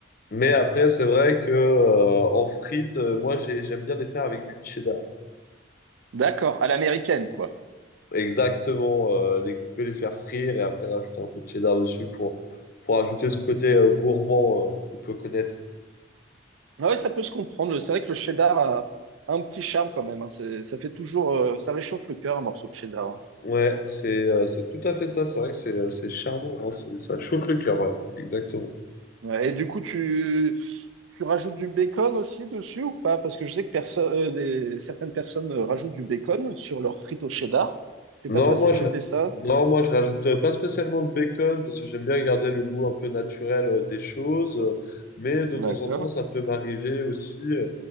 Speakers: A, on the left; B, on the right.
A: Mais après, c'est vrai que euh, en frites, euh, moi j'ai- j'aime bien les faire avec du cheddar.
B: D'accord, à l'américaine, quoi.
A: Exactement, euh, les couper, les faire frire et après rajouter un peu de cheddar dessus pour, pour ajouter ce côté euh, gourmand euh, qu'on peut connaître.
B: Ah ouais, ça peut se comprendre. C'est vrai que le cheddar a a un petit charme quand même. hein. C'est- Ça fait toujours, euh, ça réchauffe le cœur un morceau de cheddar. hein.
A: Ouais, c'est euh, c'est tout à fait ça, c'est vrai que c'est euh, c'est charmant, hein, c'est- ça chauffe le cœur, ouais, exactement.
B: Ouais, Et du coup, tu, tu rajoutes du bacon aussi dessus ou pas? Parce que je sais que perso- euh, des- certaines personnes euh, rajoutent du bacon sur leurs frites au cheddar. Je sais
A: Non,
B: pas toi
A: moi
B: si tu
A: je,
B: fais ça.
A: non, moi je rajoute euh, pas spécialement de bacon parce que j'aime bien garder le goût un peu naturel euh, des choses, euh, mais de temps
B: D'accord.
A: en temps ça peut m'arriver aussi euh,